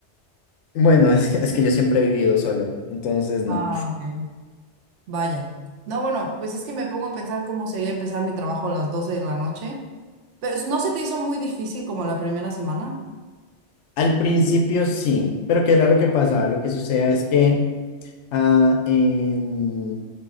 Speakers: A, on the left; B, on the right.
A: Bueno, <laughs> es que, es que yo siempre he vivido solo, entonces no.
B: Ah, ok. Vaya. No, bueno, pues es que me pongo a pensar cómo sería empezar mi trabajo a las 12 de la noche. Pero ¿no se te hizo muy difícil como la primera semana?
A: Al principio sí, pero ¿qué era lo que pasaba? Lo que sucedía es que ah, en,